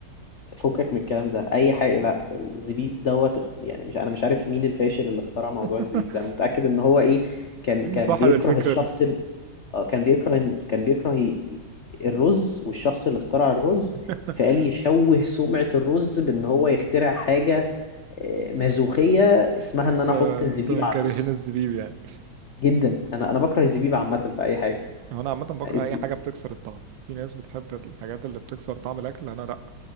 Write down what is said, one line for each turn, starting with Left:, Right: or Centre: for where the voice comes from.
Left: فكك من الكلام ده اي حاجه لا الزبيب دوت اخت- يعني مش انا مش عارف مين الفاشل اللي اخترع موضوع
Right: <laughs>
Left: الزبيب ده انا متاكد ان هو ايه كان
Right: مين
Left: كان
Right: صاحب
Left: بيكره
Right: الفكره
Left: الشخص
Right: دي
Left: ال... آه، كان بيكره إن- كان بيكره ي- الرز والشخص اللي اخترع الرز
Right: <laughs>
Left: فقال يشوه سمعه الرز بان هو يخترع حاجه آه، مازوخيه اسمها
Right: انت
Left: ان انا احط الزبيب
Right: انت من
Left: على
Right: كارهين
Left: الرز
Right: الزبيب يعني
Left: جدا انا انا بكره الزبيب عامه في اي حاجه
Right: هو انا عامه بكره
Left: الز...
Right: اي حاجه بتكسر الطعم في ناس بتحب الحاجات اللي بتكسر طعم الاكل انا لا